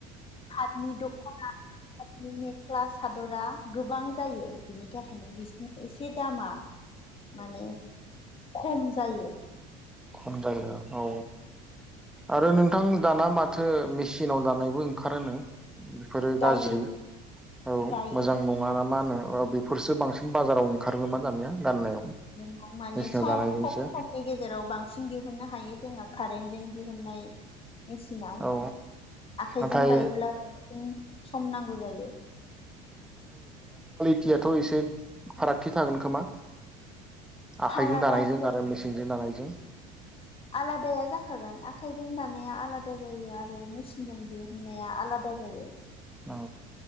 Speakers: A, on the left; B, in the centre.
A: पाठनि दखना पाठनि मेक्ला सादरा गोबां जायो बिनि थाखायनो बिसिनि एसे दामा माने खम जायो
B: खम जायो औ आरो नोंथां दाना माथो मेचिनाव दानायबो ओंखारोनो बेफोरो
A: दायो
B: गाज्रि औ
A: दायो
B: मोजां नङा ना मा नो औ बेफोरसो बांसिन बाजाराव ओंखारोम <unintelligible> मा दानिया गाननायाव
A: नोंगौ माने
B: मेचिनाव
A: सम
B: दानायजोंसो
A: खम समनि गेजेराव बांसिन दिहुननो हायो जोङो कारेन्टजों दिहुननाय मेचिनाव
B: औ
A: आखाइजों
B: नाथाय
A: दायोब्ला बांसिन सम नांगौ जायो
B: थ' इसे फारागथि थागोन खोमा आखाइजों
A: फारागाथ'
B: दानायजों आरो मेसेंजों दानायजों
A: आलादाया जाखागोन आखाइजों दानाया आलादा जायो आरो मेसिनजों दिहुननाया आलादा जायो
B: औ